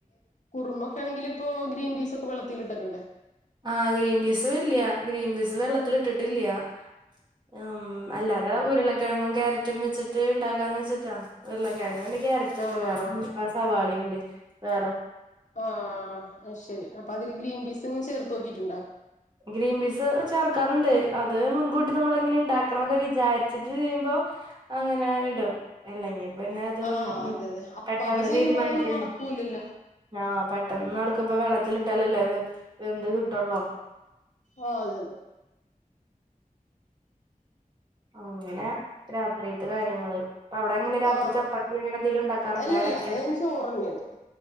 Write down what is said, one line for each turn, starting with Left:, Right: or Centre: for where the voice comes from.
Left: കുറുമൊക്കെ ആണെങ്കിൽ ഇപ്പോ ഗ്രീൻ പീസ് ഒക്കെ വെള്ളത്തില്ട്ടക്കണ്ടേ
Right: ആഹ് ഗ്രീൻ പീസ് ഇല്ല്യാ ഗ്രീൻ ബീസ് വെള്ളത്തില് ഇട്ടിട്ടില്ല്യാ ഉം അല്ലാതെ ഉരുളക്കെഴങ്ങും ക്യാരറ്റും വെച്ചിട്ട് ഉണ്ടാക്കാന്ന് വെച്ചിട്ടാ ഉരുളക്കിഴങ്ങ്ണ്ടെ കാരറ്റ്
Left: ആഹ്
Right: ണ്ട് വേറേന്നുല്ല ആ സവാളെണ്ട് വേ
Left: ആഹ് അയ്ശെരി അപ്പ അതില് ഗ്രീൻ പീസ് ഇങ്ങനെ ചേർത്ത് നോക്കിട്ട്ണ്ടോ
Right: ഗ്രീൻ പീസ് ചേർക്കാറുണ്ട് അത് മുൻകൂട്ടി നമ്മള് ഇങ്ങനെ ഉണ്ടാക്കണന്നൊക്കെ വിചാരിച്ചിട്ട് ചെയ്യുമ്പോ അങ്ങനെ ഇടും അല്ലെങ്ക പിന്നെ അതു
Left: ആഹ് അതെ അതെ അപ്പാപ്പ
Right: പെട്ടെന്ന്
Left: ചെയ്യുമ്പോ
Right: തീരുമാനിക്കു
Left: അതൊന്നും നടക്കൂലല്ലോ
Right: ആ പെട്ടെന്ന് നടക്കുമ്പ വെള്ളത്തിട്ടാലല്ലേ അത് വെന്ത് കിട്ടുള്ളു
Left: ആ അതെ അതെ
Right: അങ്ങനെ രാത്രിത്തെ കാര്യങ്ങള് അപ്പ അവിടെ എങ്ങനെ രാത്രി
Left: ആ
Right: ചപ്പാത്തി അങ്ങനെ എന്തെങ്കിലും ഉണ്ടാക്കാറുണ്ടോ
Left: അല്ലല്ല
Right: ഇടയ്ക്ക്
Left: ഞാൻ ചോറ്ന്നെയാണ്